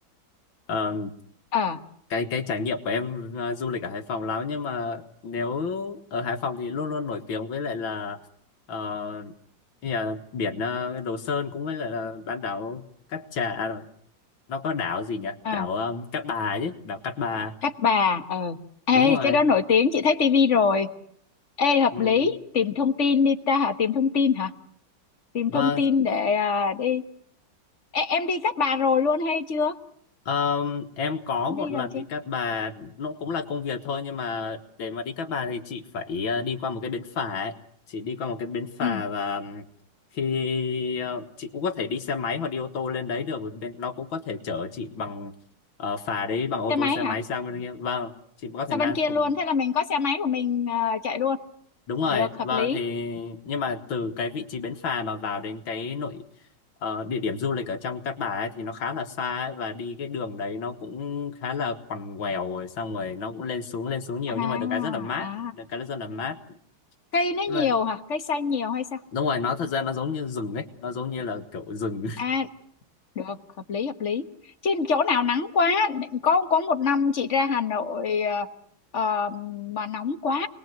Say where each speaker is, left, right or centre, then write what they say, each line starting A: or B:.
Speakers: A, on the left; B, on the left.
A: ờ,
B: Ờ
A: cái cái trải nghiệm của em ờ, du lịch ở Hải Phòng lắm nhưng mà nếu ở Hải Phòng thì luôn luôn nổi tiếng với lại là ờ, như là biển ờ, Đồ Sơn cũng với lại là bán đảo Cát Trà nó có đảo gì nhỉ
B: à
A: đảo um, Cát Bà chứ đảo Cát Bà
B: cắt Bà ờ ê
A: đúng rồi
B: cái đó nổi tiếng chị thấy tivi rồi ê hợp
A: ừ.
B: lý tìm thông tin đi ta hả tìm thông tin hả tìm
A: vâng
B: thông tin để à, đi ê, em đi Cát Bà rồi luôn hay chưa
A: Ờm, em có
B: em
A: một
B: đi
A: lần
B: rồi chưa
A: đi Cát Bà nó cũng là công việc thôi nhưng mà để mà đi Cát Bà thì chị phải ờ, đi qua một cái bến phà ấy chị đi qua một cái bến phà
B: ừ
A: và ừm, khi ờ, chị cũng có thể đi xe máy hoặc đi ô tô lên đấy được bởi vì Bên- nó cũng có thể chở chị bằng ờ, phà đấy bằng ô
B: xe
A: tô
B: máy
A: xe máy
B: hả
A: sang bên kia vâng chị có thể
B: sao
A: mang
B: bên kia
A: cùng
B: luôn thế là mình có xe máy của mình à, chạy luôn
A: Đúng rồi,
B: được hợp
A: vâng
B: lý
A: thì nhưng mà từ cái vị trí bến phà mà vào đến cái nội ờ, địa điểm du lịch ở trong Cát Bà ấy, thì nó khá là xa ấy, và đi cái đường đấy nó cũng khá là quằn quèo rồi xong rồi nó cũng lên xuống lên xuống nhiều
B: à
A: nhưng mà được cái rất là mát,
B: à
A: được cái rất là mát.
B: cây nó
A: Nhưng
B: nhiều
A: mà
B: hả cây xanh nhiều hay sao
A: đúng rồi, nó thật ra nó giống như rừng ấy, nó giống như là kiểu rừng.
B: à được hợp lý hợp lý chứ chỗ nào nắng quá có có một năm chị ra Hà Nội ờ, ờ, mà nóng quá